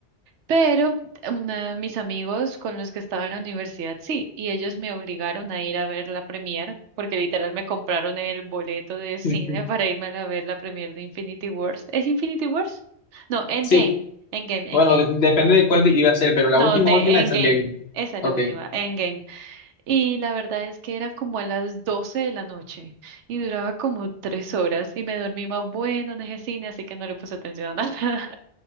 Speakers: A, on the right; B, on the left.
A: Pero una, mis amigos con los que estaba en la universidad, sí, y ellos me obligaron a ir a ver la premier, porque literal me compraron el boleto de cine
B: <laughs>
A: <laughs> para irme a ver la premier de Infinity Wars. ¿Es Infinity Wars? No, Endgame,
B: Sí,
A: Endgame,
B: bueno,
A: Endgame.
B: de- depende de cuál iba a ser, pero la
A: No,
B: última,
A: de
B: última es
A: Endgame.
B: Evil.
A: Esa es
B: Ok.
A: la última, Endgame. Y la verdad es que eran como a las 12 de la noche y duraba como tres horas y me dormí más bueno en ese cine, así que no le puse atención a nada.